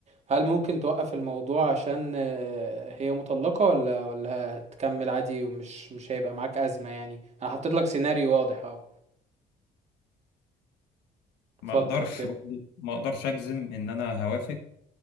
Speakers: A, on the right; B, on the left.
A: هل ممكن توقف الموضوع عشان آه، هي مطلقة ولا ولا هتكمل عادي ومش مش هيبقى معاك أزمة يعني انا حطيت لك سيناريو واضح اهو
B: ما
A: فكر
B: أقدرش
A: كده
B: برضه ما أقدرش أجزم إن أنا هوافق